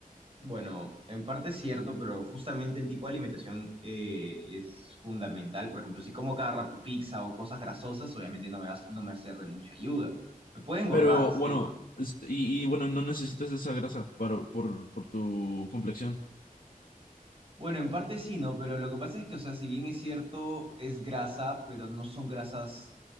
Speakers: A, on the right; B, on the left.
A: Bueno, en parte es cierto, pero justamente el tipo de alimentación eh, es fundamental. Por ejemplo, si como cada rato pizza o cosas grasosas, obviamente no me va, no me va a ser de mucha ayuda. Me puede engordar,
B: Pero
A: sí.
B: bueno, es- y, y bueno, no necesitas esa grasa para, por, por tu complexión.
A: Bueno, en parte sí, ¿no? Pero lo que pasa es que, o sea, si bien es cierto, es grasa, pero no son grasas